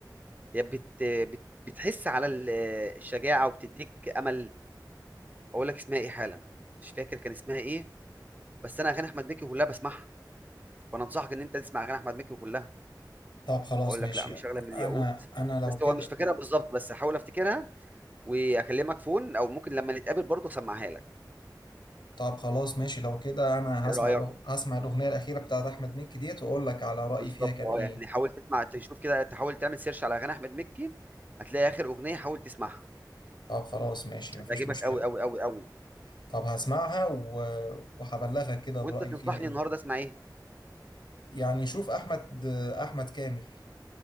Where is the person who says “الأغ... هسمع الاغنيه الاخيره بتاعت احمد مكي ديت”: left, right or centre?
Left